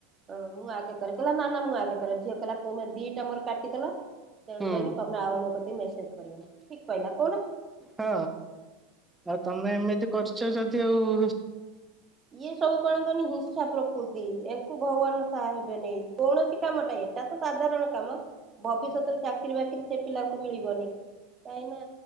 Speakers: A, on the right (about 25°); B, in the centre.
A: ହ ମୁଁ ଆଗେ କରେ କହଲା ନା ନା ମୁଁ ଆଗେ କରେ ଝିଅ କହଲା ତମେ ଦିଟା ମୋର କାଟିଦେଲ ତେଣୁ
B: ହୁଁ
A: କରିକି ତମେ ଆଉ ମୋ କତିକି ମେସେଜ କରିବନି ଠିକ କହିଲା କହୁନ।
B: ହଁ ନାଇ ତମେ ଏମିତି କରଛ ଯଦି ଆଉ
A: ଇଏ ସବୁ କଣ କଣ ହିଂସା ପ୍ରକୃତି ଏହାକୁ ଭଗବାନ ସାହା ହେବେନି କୌଣସି କାମଟା ଏଇଟା ତ ସାଧାରଣ କାମ ଭବିଷ୍ୟତରେ ଚାକିରୀ ବାକିରି ସେ ପିଲାଙ୍କୁ ମିଳିବନି କାହିଁ ନା